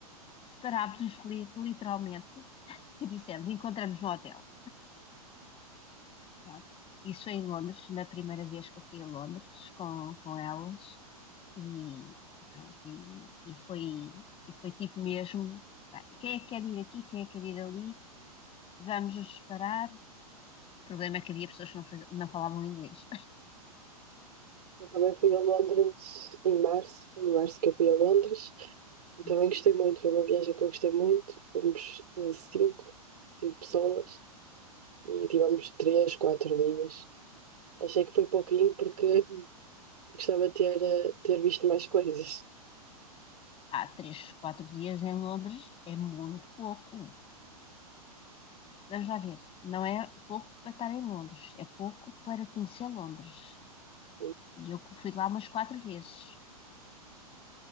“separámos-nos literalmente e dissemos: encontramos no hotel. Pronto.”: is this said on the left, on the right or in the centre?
Left